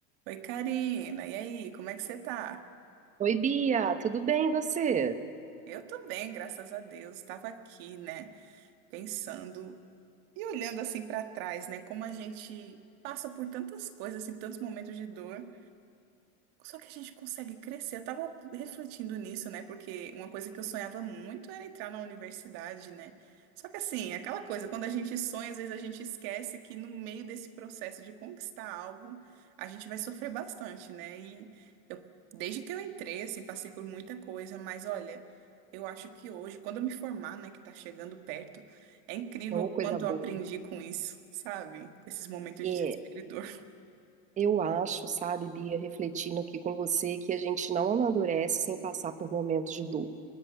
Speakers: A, on the right; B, on the right.
A: Oi, Karina. E aí, como é que você tá?
B: Oi, Bia, tudo bem e você?
A: Eu tô bem, graças a Deus. Estava aqui, né, pensando e olhando assim pra trás, né, como a gente passa por tantas coisas, assim, tantos momentos de dor. Só que a gente consegue crescer. Eu tava refletindo nisso, né? Porque uma coisa que eu sonhava muito era entrar na universidade, né? Só que assim, é aquela coisa, quando a gente sonha, às vezes a gente esquece que no meio desse processo de conquistar algo, a gente vai sofrer bastante, né? E eu, desde que eu entrei, assim, passei por muita coisa, mas olha, eu acho que hoje, quando eu me formar, né, que tá chegando perto, é incrível
B: Ou
A: o
B: coisa
A: quanto
B: boa.
A: eu aprendi com isso, sabe? Com esses momentos
B: É,
A: de desespero e dor. <laughs>
B: eu acho, sabe, Bia, refletindo aqui com você, que a gente não amadurece sem passar por momentos de dor.